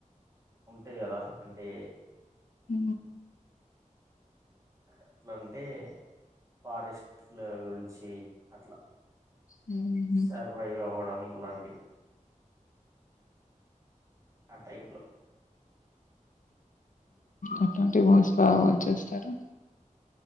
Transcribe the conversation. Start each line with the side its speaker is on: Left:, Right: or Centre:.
Right: ఉంటాయి కదా అంటే
Left: అ
Right: ఎట్లాంటే ఫారెస్ట్ల గురించి అట్లా
Left: హుహు.
Right: సర్వైవ్ అవ్వడం లాంటివి ఆ టైపులో
Left: అట్లాంటివి మోస్ బాచ్చేస్తారుా